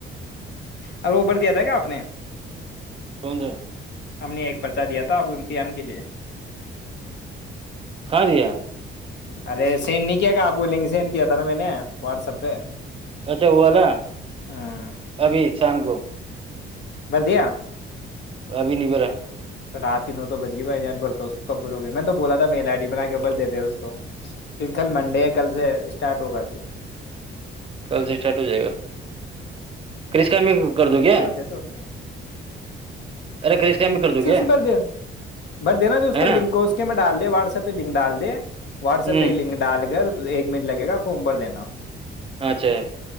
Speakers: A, on the left; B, on the right.
A: ا اوبر دیا تھا کیا آپ نے
B: کون سا
A: ہم نے ایک پرچہ دیا تھا آپ کو امتحان کے لیے
B: کہاں رہ ہے
A: ارے سینڈ نہیں کیا گ آپ کو لنک سینڈ کیا تھا نا میں نے واٹسپ پہ
B: اچھا ہو والالا
A: ہ
B: ابھی شام کو
A: بردیا
B: ابھی نہیں پیرا
A: تو رات کی نو تو بج گی بائی جان بھرتا اس کو کبرو گئے میں نے تو بولا تھا میا آڈی بنا کےبر دے د اس کو کیکہ کل منڈے کل سے اسٹارٹ ہوگا پھر
B: کل سے اسٹارٹ ہو جائے گا کر سم کر
A: پھر
B: دوں کیا
A: بھر دیتے اور کیا۔
B: ارے کرسکا میں کر دو کیا
A: سے بھر د بھر دینا <inaudible> جو اس
B: ہے
A: کو
B: نا
A: لک کو اس کے میں ڈال دیا واٹسپ پہ لنک ڈال دے واٹسپ
B: ہوں
A: پہ لنک ڈال کر ایک منٹ لگے گام بھر دینا
B: ااںھا